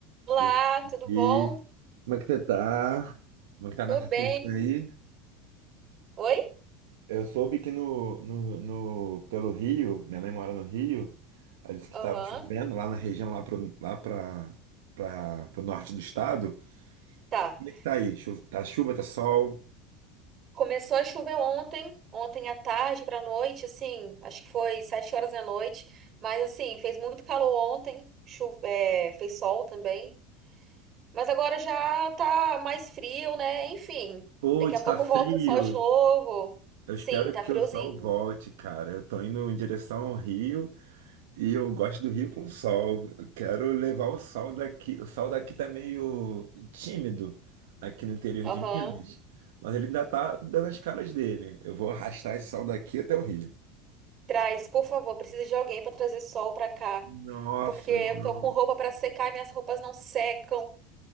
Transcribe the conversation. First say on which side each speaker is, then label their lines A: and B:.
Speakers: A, on the right (about 40°); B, on the right (about 70°).
A: Olá,
B: E
A: tudo
B: aí,
A: bom?
B: como é que você tá? Como é que tá
A: Tô
B: nessa
A: bem.
B: chuvinha aí?
A: Oi?
B: Eu soube que no, no, no- pelo Rio, minha mãe mora no Rio, ela disse que
A: Aham.
B: estava chovendo lá na região, lá pro, lá pra, pra, pro norte do estado.
A: Tá.
B: Como é que tá aí? Chu- Tá chuva, tá sol?
A: Começou a chover ontem, ontem à tarde pra noite, assim, acho que foi sete horas da noite, mas assim, fez muito calor ontem, chu é, fez sol também, mas agora já tá mais frio, né? Enfim,
B: Putz,
A: daqui a pouco
B: tá frio.
A: <laughs> volta o sol de novo.
B: Eu
A: Sim,
B: espero
A: tá
B: que
A: friozinho.
B: o sol volte, cara. Eu tô indo em direção ao Rio. E eu gosto do Rio com sol. Eu quero levar o sol daqui. O sol daqui tá meio tímido aqui no interior
A: Aham.
B: de Minas, mas ele ainda tá dando as caras dele. Eu vou arrastar esse sol daqui até o Rio.
A: Traz, por favor, precisa de alguém pra trazer sol pra cá,
B: Nossa,
A: porque eu
B: não.
A: tô com roupa pra secar e minhas roupas não secam.